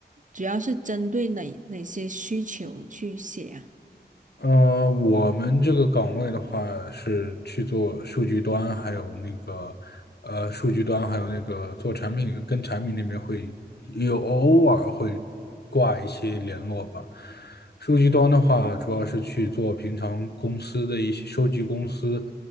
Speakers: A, on the right; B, on the left.
A: 主要是针对哪哪些需求去写啊？
B: 呃，我们这个岗位的话是去做数据端，还有那个呃，数据端还有那个做产品，跟产品那边会有偶尔会挂一些联络吧。数据端的话，主要是去做平常公司的一些收集公司，